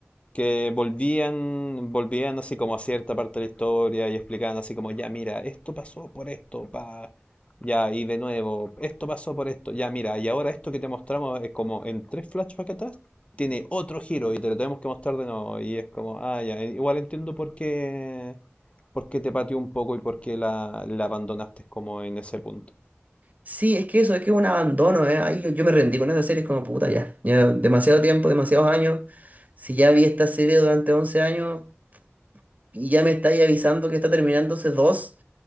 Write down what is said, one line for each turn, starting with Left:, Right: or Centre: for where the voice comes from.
Left: que volvían, volvían así como a cierta parte de la historia y explicaban así como, ya mira, esto pasó por esto, pa... Ya, y de nuevo, esto pasó por esto, ya mira, y ahora esto que te mostramos es como en tres flashbacks atrás, tiene otro giro y te lo tenemos que mostrar de nuevo. Y es como, ah, ya, igual entiendo por qué ¿Por qué te pateó un poco y por qué la, la abandonaste como en ese punto?
Right: Sí, es que eso, es que es un abandono, eh, ahí yo, yo me rendí con esa serie, es como puta, ya, ya demasiado tiempo, demasiados años, si ya vi esta serie durante once años Y ya me estáis avisando que está terminándose dos.